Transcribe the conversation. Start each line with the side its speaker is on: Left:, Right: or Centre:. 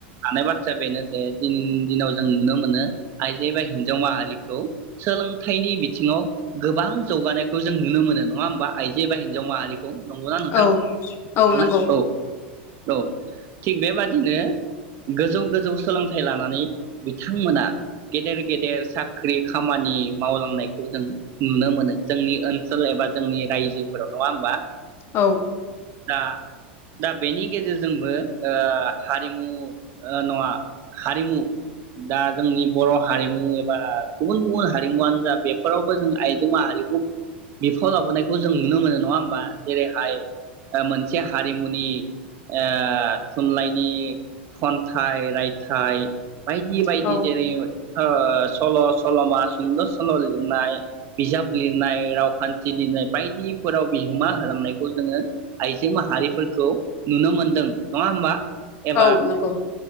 Right: हानाय बा थ्रा बेनो दे दिनैनि दिनाव जों नुनो मोनो आइजो एबा हिनजाव माहारिखौ सोलोंथाइनि बिथिङाव गोबां जगानायखौ जों नुनो मोनो नङा होमबा आइजो एबा हिनजाव माहारि खौ नंगौना नोंथां
Left: औ औ
Right: खोनादोंना?
Left: नंगौ
Right: औ औ थिग बेबादिनो गोजौ गोजौ सोलोंथाइ लानानै बिथांमोना गेदेर गेदेर साख्रि खामानि मावलांनायखौ जों नुनो मोनो। जोंनि ओनसोल एबा जोंनि रायजोफोराव नङा होमबा।
Left: औ
Right: दा दा बेनि गेजेरजोंबो ओ हारिमु ओ नङा हारिमु दा जोंनि बर हारिमु एबा गुबुन गुबुन हारिमुवानो जा बेफोरावबो जों आइजो माहारि खुब बिफाव लाबोनायखौ जों नुनो मोनो नङा होमबा जेरैहाय ओ मोनसे हारिमुनि ओ थुनलाइनि खनथाइ रायथाइ बायदि बायदि
Left: औ
Right: जेरै ओ सल सलमा सुंद सल लिरनाय बिजाब लिरनाय रावखानथि लिरनाय बायदिफोराव बिहोमा होलांनायखौ जोङो आइजो माहारिफोरखौ नुनो मोनदों नङा होमबा एबा
Left: औ नंगौ